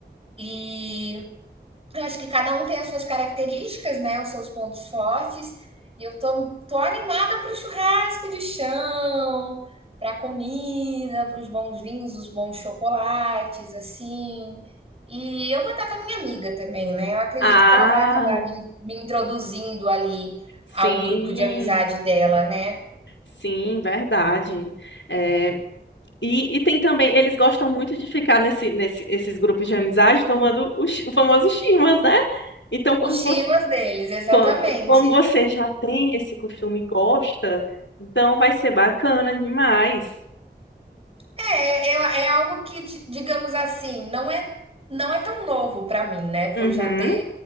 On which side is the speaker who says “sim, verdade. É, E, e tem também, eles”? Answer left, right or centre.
Left